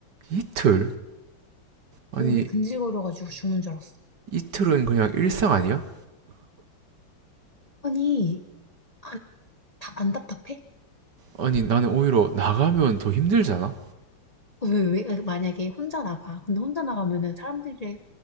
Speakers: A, on the right; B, on the left.
A: 이틀? 아니
B: 몸이 근질거려가지고 죽는 줄 알았어.
A: 이틀은 그냥 일상 아니야?
B: 아니, 아, 답, 안 답답해?
A: 아니 나는 오히려 나가면 더 힘들잖아.
B: 어, 왜, 왜, 아, 만약에 혼자 나가. 근데 혼자 나가면은 사람들이